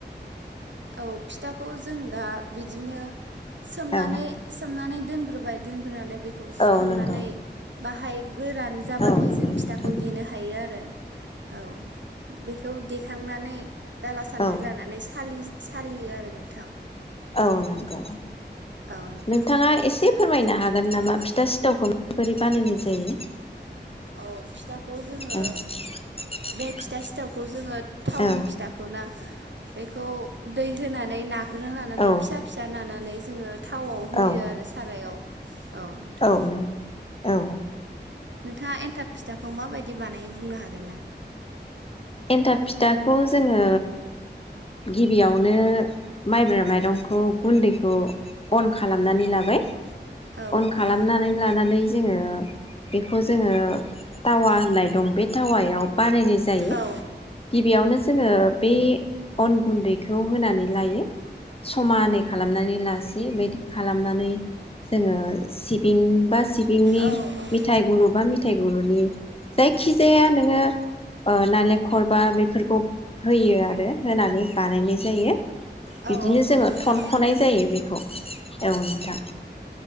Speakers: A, on the right; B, on the left.
A: औ फिथाखौ जों दा बिदिनो सोमनानै
B: औ
A: सोमनानै दोनग्रोबाय दोनग्रोनानै बेखौ सुखांनानै
B: औ नंगौ
A: बाहाय गोरान जाबाथाय
B: औ नंगौ
A: जों
B: नोंथां
A: फिथाखौ देनो हायो आरो औ बेखौ देखांनानै दाला सान्द्रि
B: औ
A: लानानै सालि सालियो आरो नोंथां
B: औ नंगौ
A: औ नोंथां
B: नोंथाङा एसे फोरमायनो हागोन नामा फिथा सिथावखौ माबोरै बानायनाय जायो
A: औ फिथाखौ जोङो
B: <inaudible>
A: बे फिथा सिथावखौ जोङो थावनि
B: औ
A: फिथाखौ ना बेखौ दै होना <unintelligible> <unintelligible>
B: औ
A: फिसा फिसा नानानै जोङो थावाव होयो
B: औ
A: आरो सारायाव औ नोंथां
B: औ नोंगौ औ
A: नोंथाङा एन्थाब फिथाखौ माबायदि बानायो बुंनो हागोन ना
B: एन्थाब फिथाखौ जोङो गिबियावनो माइब्रा माइरंखौ गुन्दैखौ अन खालामनानै लाबाय
A: औ
B: अन
A: औ
B: खालामनानै
A: नंगौ
B: लानानै जोङो बेखौ जोङो टावा होननाय दं बे टावायाव बानायनाय जायो। गिबियावनो
A: औ
B: जोङो बे अन गुन्दैखौ होनानै लायो समानै खालामनानै लासि बेदि खालामनानै जोङो सिबिं बा सिबिंनि
A: औ औ
B: मिथाइ गुरु बा मिथाइ गुरुनि जायखि जाया नोङो ओ नाले खरबा बेफोरखौ होयो आरो होनानै बानायनाय जायो
A: औ
B: बिदिनो
A: औ नंगौ
B: जोङो
A: नोंथां
B: थनख'नाय जायो बेखौ औ नोंथां